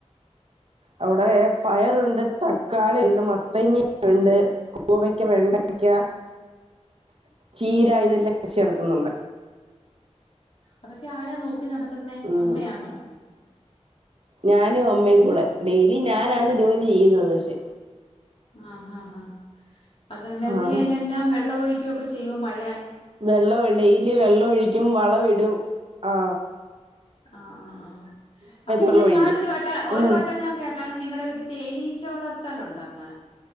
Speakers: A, on the right; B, on the left.
A: അവിടെ പയറുണ്ട്, തക്കാളിയുണ്ട്, മത്തങ്ങയുണ്ട് പൂവയ്ക്ക്, വെണ്ടയ്ക്ക ചീരായിതെല്ലാം കൃഷി നടത്തുന്നുണ്ട്.
B: അതൊക്കെ യാരാ നോക്കി നടത്തുന്നേ
A: ഉം
B: അമ്മയാന്നോ?
A: ഞാനും അമ്മയും കൂടെ, ഡെയിലി ഞാനാണ് ജോലി ചെയ്യുന്നത് പഷെ.
B: ആ ആ ഹാ അതല്ല നീ
A: ആഹ്
B: അയിനെല്ലാം വെള്ളം ഒഴിക്കൊക്കെ ചെയ്യുവോ മഴയ
A: വെള്ളം ഡെയ്ലി വെള്ളം ഒഴിക്കും വളം ഇടും ആ.
B: ആ ആ ആ അ പിന്നെ
A: വെള്ളം ഒഴിക്കും
B: ഞാനൊരു വട്ടം ഒരു
A: ഉം
B: വട്ടം ഞാൻ കേട്ടാ നിങ്ങളടെ വീട്ടിൽ തേനീച്ച വളർത്തലൊണ്ടെന്ന്